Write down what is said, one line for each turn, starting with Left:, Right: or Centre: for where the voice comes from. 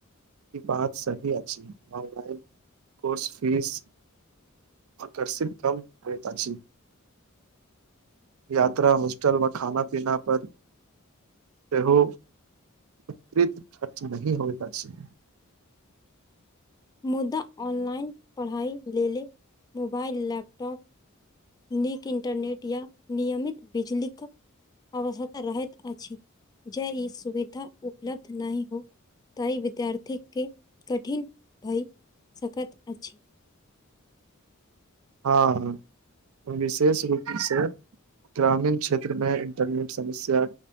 Right: ई बात सही अछि। ऑनलाइन कोर्स फीस आकर्षित कम होयत अछि। यात्रा होस्टल मे खाना पीना पर सेहो <unintelligible> खर्च नहि होइत अछि।
Left: मुदा ऑनलाइन पढ़ाइ लेल मोबाइल लैपटॉप नीक इन्टरनेट या नियमित बिजलीक आवश्यकता रहैत अछि। जे ई सुविधा उपलब्ध नहि हो तऽ ई विद्यार्थी के कठिन भय सकैत अछि।
Right: हँ विशेष रूपसँ ग्रामीण क्षेत्रमें इंटरनेट समस्याक